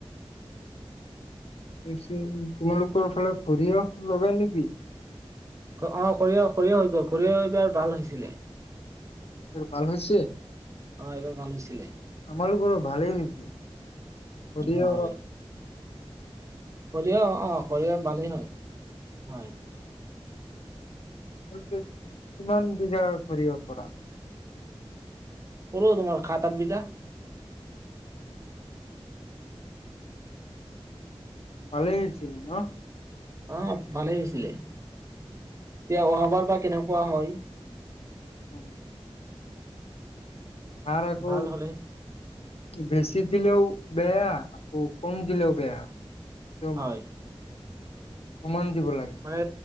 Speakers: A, on the left (about 75°); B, on the right (about 30°).
A: তোমালোকৰ ফালে সৰিয়হ লগা নেকি
B: অ সৰিয়হ হৈ গল সৰি এইবাৰ ভাল হৈছিলে
A: ভাল হৈ হৈছে
B: অ এইবাৰ ভাল হৈছিলে
A: আমালোকৰো ভালেই হৈছে যদিঅ
B: উম হয় সৰিয়হ অ' সৰিয়হ ভালেই হয়। হয়।
A: কিমান বজা সৰিয়হ কৰিব পৰা
B: কৰো তোমাৰ সাত আঠ বিঘা
A: ভালেছিলিল ন
B: আহ ভালেই হৈছিলে এতিয়া অহাবাৰ বা কেনেকুৱা হয়
A: উম আৰু একো
B: ভাল হলে
A: বেছি দিলেও বেয়া আৰু কম দিলেও বেয়া একদম
B: হয়
A: সমান দিব লাগে
B: মানে